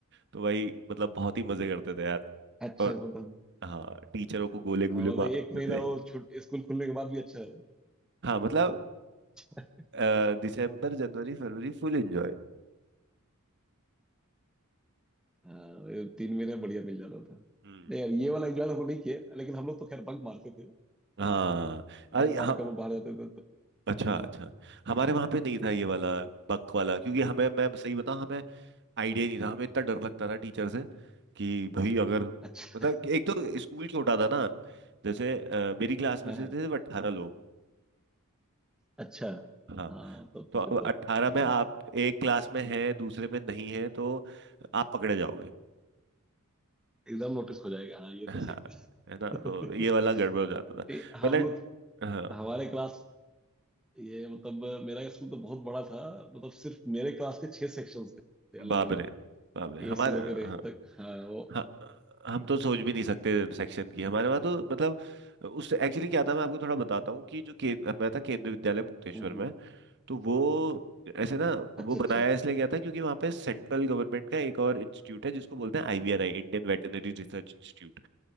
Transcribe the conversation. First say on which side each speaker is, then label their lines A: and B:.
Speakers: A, on the right (about 55°); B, in the centre.
A: तो भाई मतलब बहुत ही मजे करते थे यार
B: अच्छा
A: और
B: मतलब
A: हाँ टीचरों को गोले
B: हाँ
A: गोले
B: मतलब
A: मारते
B: एक महीना
A: थे
B: वो छुट स्कूल खुलने के बाद भी अच्छा
A: हाँ मतलब
B: है
A: अ, दिसंबर जनवरी फरवरी फुल एंजॉय
B: हाँ ये तीन महीने में बढ़िया मिल जाता था
A: हम्म
B: नहीं यार ये वाला एंजॉय हमने नहीं किया लेकिन हम लोग तो खैर बंक मारते थे
A: हाँ
B: बंक
A: अरे
B: मार
A: हाँ,
B: के हम लोग बाहर जाते थे तो
A: अच्छा
B: हम्म,
A: अच्छा
B: हम्म।
A: हमारे वहां पे नहीं था ये वाला बंक वाला क्योंकि हमें मैं सही बताऊं हमें आइडिया नहीं था हमें इतना डर लगता था टीचर से कि भाई अगर मतलब
B: अच्छा
A: कि एक तो स्कूल छोटा था ना जैसे अ, मेरी क्लास में
B: हाँ,
A: से
B: हाँ,
A: थे अट्ठारह लोग
B: अच्छा
A: हाँ
B: हाँ तब
A: तो
B: तो
A: अब
B: फिर तो
A: अट्ठारह
B: हम्म,
A: में आप एक क्लास में हैं दूसरे में नहीं है तो आप पकड़े जाओगे
B: एकदम नोटिस हो जाएगा हाँ ये
A: हाँ
B: तो सही
A: है ना
B: है
A: तो ये वाला
B: <laughs>
A: गड़बड़ हो जाता था
B: नहीं, हम
A: मतलब
B: लोग
A: हाँ
B: हमारे क्लास ये मतलब मेरा स्कूल तो बहुत बड़ा था मतलब सिर्फ मेरे क्लास के छह सेक्शंस थे अलग
A: बाबरे
B: अलग
A: बाबरे हमारे
B: ए से लेकर एफ
A: हाँ।
B: तक हाँ वो
A: ह- हम तो सोच भी नहीं सकते सेक्शन की हमारे वहाँ तो मतलब उस एक्चुअली क्या था मैं आपको थोड़ा बताता हूँ कि जो केंद्र मैं था केंद्रीय विद्यालय मुक्तेश्वर
B: हम्म,
A: में
B: हम्म,
A: तो वो ऐसे ना
B: अच्छा
A: वो बनाया
B: अच्छा
A: इसलिए गया था क्योंकि वहाँ पे सेंट्रल गवर्नमेंट का एक और इंस्टीट्यूट है जिसको बोलते हैं IVRI Indian veterinary research institute